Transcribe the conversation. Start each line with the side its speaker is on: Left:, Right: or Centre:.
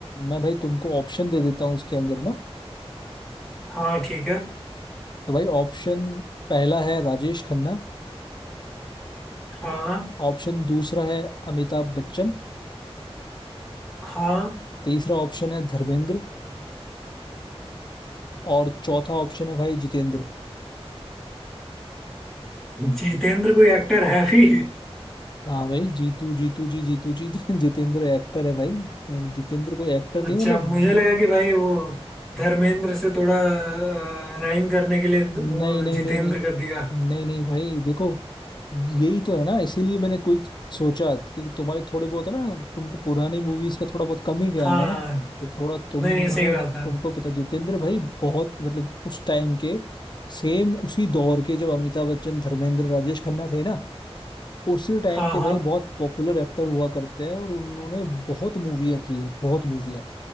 Left: मैं भाई तुमको ऑप्शन दे देता हूँ इसके अंदर ना
Centre: हाँ ठीक है
Left: तो भाई ऑप्शन पहला है राजेश खन्ना
Centre: हाँ
Left: ऑप्शन दूसरा है अमिताभ बच्चन
Centre: हाँ
Left: तीसरा ऑप्शन है धर्मेंद्र और चौथा ऑप्शन है भाई जितेंद्र
Centre: जितेंद्र कोई एक्टर है भी
Left: हाँ भाई जीतू जीतू जी जीतू जी <laughs> जितेंद्र एक्टर है भाई जितेंद्र कोई एक्टर नहीं
Centre: अच्छा
Left: मतलब
Centre: मुझे लगा कि भाई वो धर्मेंद्र से थोड़ा राइम करने के लिए
Left: नहीं
Centre: वो
Left: नहीं
Centre: जितेंद्र
Left: नहीं नहीं
Centre: कर दिया
Left: नहीं नहीं भाई देखो यही तो है ना इसीलिए मैंने कुछ सोचा क्योंकि तुम्हारे थोड़े बहुत है ना तुमको पुरानी मूवीज का थोड़ा बहुत कम ही ज्ञान
Centre: हाँ
Left: है ना तो थोड़ा तुम्हारा
Centre: नहीं नहीं सही बात
Left: तुमको
Centre: है
Left: पता जितेंद्र भाई बहुत मतलब उस टाइम के सेम उसी दौर के जब अमिताभ बच्चन धर्मेंद्र राजेश खन्ना थे ना उसी टाइम
Centre: हाँ
Left: के भाई
Centre: हाँ
Left: बहुत पॉपुलर एक्टर हुआ करते हैं और उन्होंने बहुत मूवियाँ की है बहुत मूवियाँ